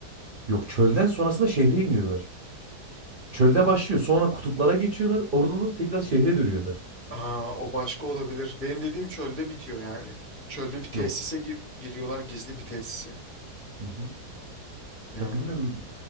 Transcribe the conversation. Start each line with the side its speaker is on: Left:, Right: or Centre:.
Right: Yok çölden sonrasında şehre iniyorlar. Çölde başlıyor. Sonra kutuplara geçiyorlar. Oradan da tekrar şehre dönüyorlar.
Left: Aa, o başka olabilir. Benim dediğim çölde bitiyor yani. Çölde bir tesise
Right: Yok.
Left: gir- giriyorlar gizli bir tesise.
Right: Hı hı.
Left: Yani
Right: Ya bilmiyorum.